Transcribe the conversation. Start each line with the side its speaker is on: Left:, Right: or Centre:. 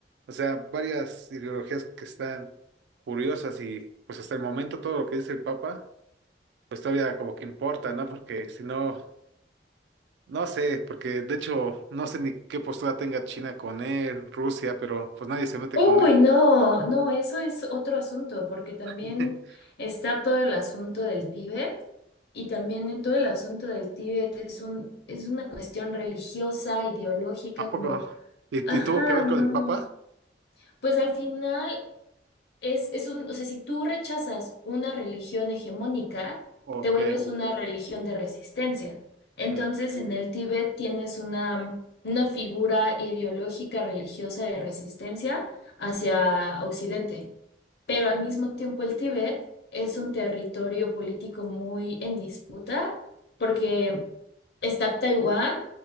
Right: O sea, varias ideologías que están curiosas y pues hasta el momento todo lo que dice el Papa pues todavía como que importa, ¿no? Porque si no, no sé, porque de hecho no sé ni qué postura tenga China con él, Rusia, pero pues nadie se mete
Left: Uy,
Right: con él.
Left: no, no, eso es otro asunto, porque también
Right: <laughs>
Left: está todo el asunto del Tíbet y también en todo el asunto del Tíbet es un, es una cuestión religiosa, ideológica,
Right: ¿A poco?
Left: como,
Right: ¿Y,
Left: ajá,
Right: y tuvo que ver con
Left: no.
Right: el Papa?
Left: Pues al final es, es un, o sea, si tú rechazas una religión hegemónica,
Right: ¿O
Left: te
Right: qué?
Left: vuelves una religión de resistencia. Entonces,
Right: Eh,
Left: en el Tíbet tienes una, una figura ideológica religiosa de resistencia hacia Occidente, pero al mismo tiempo el Tíbet es un territorio político muy en disputa porque está Taiwán